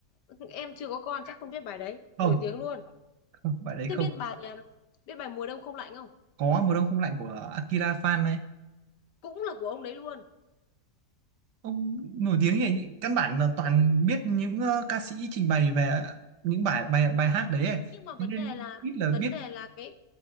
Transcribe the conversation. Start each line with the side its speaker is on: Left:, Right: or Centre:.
Left: <laughs> em chưa có con chắc không biết bài đấy
Right: không
Left: nổi tiếng luôn
Right: không bài đấy
Left: thế
Right: không
Left: biết bài um, biết bài mùa đông không lạnh không
Right: có mùa đông không lạnh của Akira Fan này
Left: cũng là của ông đấy luôn
Right: Ông nổi tiếng như vậy, căn bản là toàn
Left: ừ
Right: biết những ờ, ca sĩ trình bày về những bài bài bài hát đấy ấy.
Left: nhưng mà vấn
Right: Thế nên
Left: đề là
Right: ít là
Left: vấn
Right: biết
Left: đề là cái